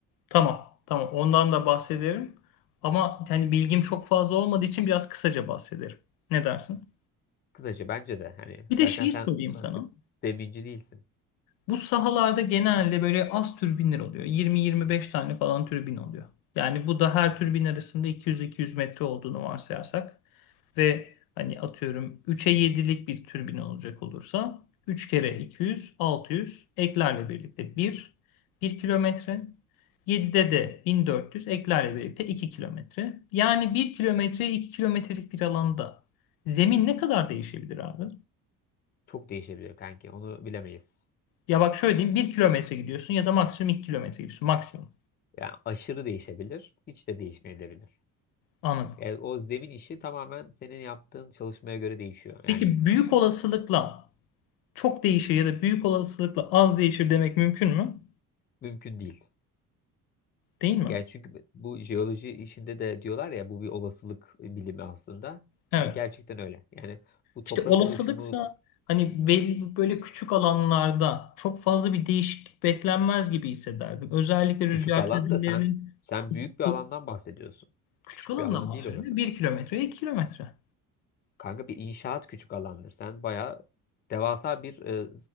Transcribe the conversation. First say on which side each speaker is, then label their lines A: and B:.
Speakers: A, on the left (about 85°); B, on the left (about 30°).
A: Tamam, tamam. Ondan da bahsederim. Ama hani bilgim çok fazla olmadığı için biraz kısaca bahsederim. Ne dersin?
B: Kısaca bence de hani
A: Bir de
B: zaten
A: şeyi
B: sen
A: sorayım
B: sonuçta
A: sana.
B: zeminci değilsin.
A: Bu sahalarda genelde böyle az türbinler oluyor. 20-25 tane falan türbin oluyor. Yani bu da her türbin arasında 200-200 metre olduğunu varsayarsak ve hani atıyorum 3'e 7'lik bir türbin olacak olursa 3 kere 200, 600 eklerle birlikte 1, 1 kilometre. 7'de de 1400 eklerle birlikte 2 kilometre. Yani 1 kilometre 2 kilometrelik bir alanda zemin ne kadar değişebilir abi?
B: Çok değişebilir kanki. Onu bilemeyiz.
A: Ya bak şöyle diyeyim bir kilometre gidiyorsun ya da maksimum iki kilometre gidiyorsun. Maksimum.
B: Yani aşırı değişebilir, hiç de değişmeyebilir.
A: Anladım.
B: Yani o zemin işi tamamen senin yaptığın çalışmaya göre değişiyor. Yani
A: Peki büyük olasılıkla çok değişir ya da büyük olasılıkla az değişir demek mümkün mü?
B: mümkün değil.
A: Değil mi?
B: Yani çünkü bu jeoloji işinde de diyorlar ya bu bir olasılık bilimi aslında.
A: Evet.
B: Gerçekten öyle. Yani bu toprak
A: İşte olasılıksa
B: oluşumu
A: hani belli böyle küçük alanlarda çok fazla bir değişiklik beklenmez gibi hissederdim. Özellikle rüzgar
B: küçük alanda
A: türbinlerinin
B: sen sen
A: kullandığı-
B: büyük bir alandan bahsediyorsun.
A: küçük
B: Küçük
A: alandan
B: bir alan
A: bahsediyorum.
B: değil orası.
A: bir kilometre, 2 kilometre.
B: Kanka bir inşaat küçük alandır. Sen bayağı devasa bir e,